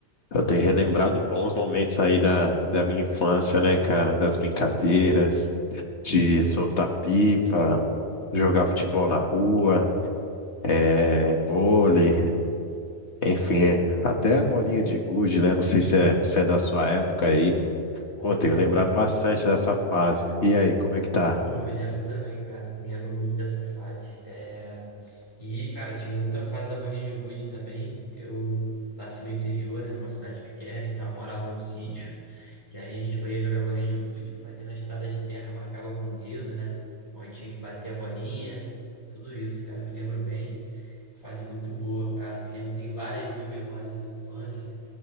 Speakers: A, on the left (about 75°); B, on the left (about 30°).
A: eu tenho relembrado bons momentos aí da, da minha infância, né, cara? Das brincadeiras, de soltar pipa, jogar futebol na rua, é, vôlei, enfim, é, até bolinha de gude, né? Não sei se é, se é da sua época aí.
B: Pô,
A: Pô,
B: legal.
A: tenho lembrado bastante dessa fase. E aí, como é que tá?
B: Pô, eu me lembro também, cara. Me lembro muito dessa fase. É, E, cara, tive muita fase da Bolinha de Gude também. Eu nasci no interior, né, numa cidade pequena e tal, morava num sítio. E aí a gente foi jogar Bolinha de Gude, fazia na estrada de terra, marcava com o dedo, né? Onde tinha que bater a bolinha. Tudo isso, cara, me lembro bem. Fase muito boa, cara. Me lembro, tem várias boas memórias da minha infância.